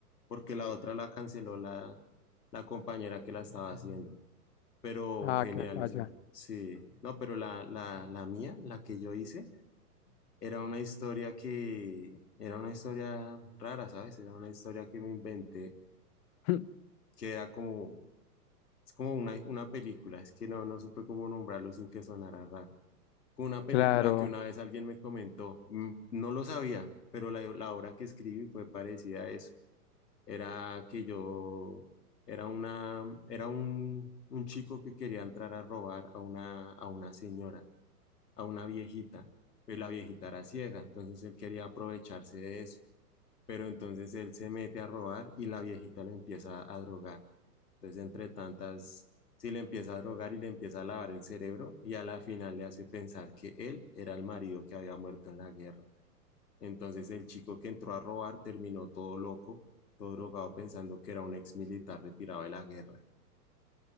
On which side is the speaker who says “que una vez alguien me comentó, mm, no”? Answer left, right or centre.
Left